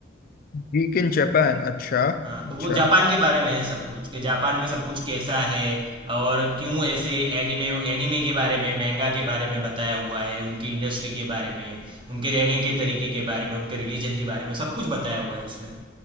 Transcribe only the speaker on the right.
हाँ तो
वो जापान के बारे में है सब कुछ कि जापान में सब कुछ कैसा है और क्यों ऐसे एनिमे एनिमे के बारे में manga के बारे में बताया हुआ है उनकी इंडस्ट्री के बारे में उनके रहने के तरीके के बारे में उनके रिलीजन के बारे में सब कुछ बताया हुआ है उसमें